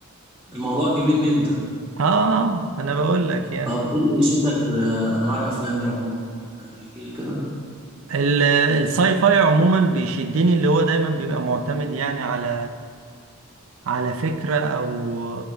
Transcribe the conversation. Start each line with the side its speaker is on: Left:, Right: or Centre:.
Centre: الموضوع كبير جدا
Right: آه آه، آه، أنا بقول لك يعني
Centre: طب ايه اللي بيشدك في انواع الافلام دي عموما يعني احكي لي كده
Right: ال- الساي فاي عموما بيشدني اللي هو دايما بيبقى معتمد يعني على على فكرة أو